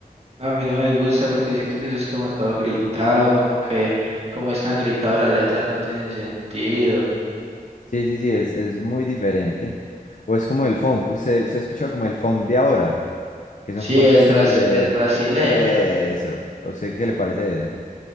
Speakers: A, on the right; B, on the left.
A: No, a mí no me gusta porque siento que eso es como todo gritado, como que como es tan gritado las letras no tienen sentido.
B: Sí, sí, sí, es, es muy diferente. O es como el funk, usted, usted ha escuchado como el funk de ahora, que son
A: Sí,
B: como esos
A: el
B: temas
A: brasi-
B: de...
A: el brasileño,
B: Eso, ¿a usted qué le parece ese?